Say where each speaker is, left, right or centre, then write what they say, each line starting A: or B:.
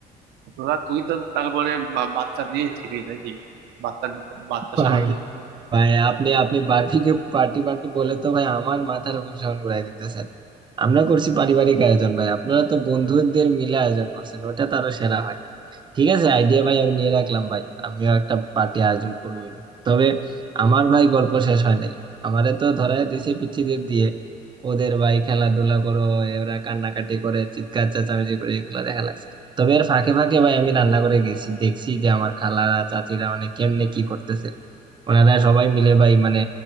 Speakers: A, on the right; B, on the right.
A: তোরা তুই তো তারপরে বা- বাচ্চা নিয়েছিলি নাকি বাচ্চা বাচ্চা
B: ভাই
A: সামলাতে লাগছে
B: ভাই আপনি আপনি বার্বিকিউ পার্টি পার্টি বলে তো ভাই আমার মাথার উপর ঘুরাই দিতেছেন আমরা করছি পারিবারিক আয়োজন ভাই আপনারা তো বন্ধুদের মিলে আয়োজন করছেন ওটা তারও সেরা হয় ঠিক আছে আইডিয়া ভাই আমি নিয়ে রাখলাম ভাই আমিও একটা পার্টি আয়োজন করবো এরকম তবে আমার ভাই গল্প শেষ হয় নাই আমারে তো ধরায় দিছে পিচ্চিদের দিয়ে ওদের ভাই খেলাধুলা করো ওরা কান্নাকাটি করে চিৎকার চেঁচামেচি করে এগুলো দেখা লাগছে তবে এর ফাঁকে ফাঁকে ভাই আমি রান্না করে গেছি দেখছি যে আমার খালারা চাচিরা মানে কেমনে কি করতেছে ওনারা সবাই মিলে ভাই মানে